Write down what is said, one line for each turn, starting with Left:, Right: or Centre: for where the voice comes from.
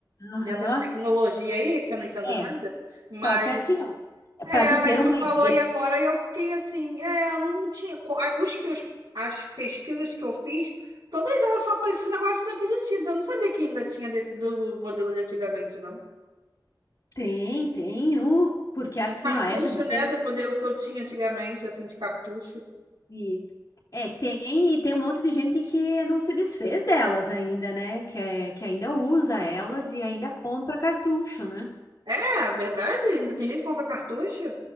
Left: Aham.
Right: dessas tecnologias aí, que eu não entendo
Left: É.
Right: nada. Mas
Left: Só que assim, ó,
Right: É,
Left: para tu
Right: aí
Left: ter
Right: tu
Left: uma
Right: falou
Left: ideia,
Right: e agora eu fiquei assim, é, eu não tinha, co- a- os que os, as pesquisas que eu fiz, todas elas só apareciam esse negócio de tanque de tinta. Eu não sabia que ainda tinha desse do modelo de antigamente, não.
Left: tem, tem, uh, porque assim,
Right: De cartucho,
Left: ó, essas
Right: né,
Left: tanques,
Right: do modelo que eu tinha antigamente, assim, de cartucho.
Left: isso. É, tem, e tem um monte de gente que não se desfez delas ainda, né? Que, é, que ainda usa elas e ainda compra cartucho, né?
Right: É, a verdade, ainda tem gente que compra cartucho.